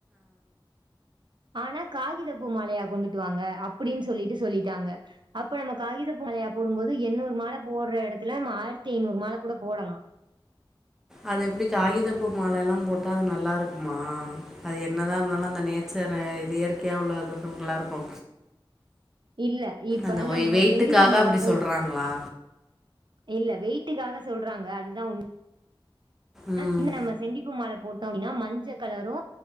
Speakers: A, on the right; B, in the centre.
A: ஆனா காகித பூ மாலையா கொண்டுட்டு வாங்க அப்டின்னு சொல்லிட்டு சொல்லிட்டாங்க அப்ப நம்ம காகித மாலையா போடும்போது எண்ணூறு மால போடுற இடத்துல நம்ம ஆயிரத்தி ஐநூறு மால கூட போடலா
B: அது எப்டி காகிதப்பூ மால எல்லா போட்டா அது நல்லாருக்குமா அது என்னதா இருந்ததாலு அந்த நே ச்சரா இது இயற்கையா உள்ளதுதா நல்லாருக்கு
A: இல்ல இப்ப
B: அந்த வொய்
A: நம்ம
B: வெயிட்டுக்காக
A: செண்டிப்பூ மால
B: அப்டி
A: போ
B: சொல்றாங்களா
A: இல்ல வெய்ட்டுக்காக சொல்றாங்க அதுதா <inaudible>
B: ம்
A: இன்னு நம்ம செண்டிப்பூ மால போட்டோ அப்டின்னா மஞ்ச கலரு